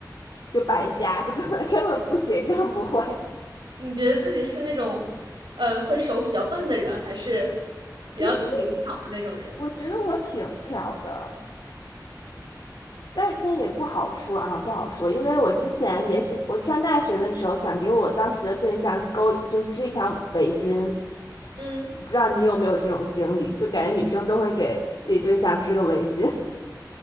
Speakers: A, on the left; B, on the right.
A: 就白瞎，就根本 <laughs> 根本不行，根本不会。
B: 你觉得自己是那种，呃，会手比较笨的人，还是
A: 其实
B: 比较灵巧的那种人？
A: 我觉得我挺巧的，但但也不好说啊，不好说，因为我之前也想，我上大学的时候想给我当时的对象勾，就是织一条围巾，
B: 嗯，
A: 不知道你有没有这种经历，就感觉女生都会给自己对象织个围巾。